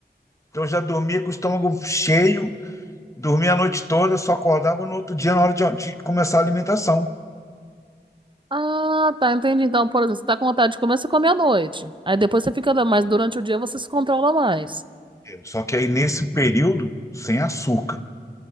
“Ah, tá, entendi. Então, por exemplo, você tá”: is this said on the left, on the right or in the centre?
Right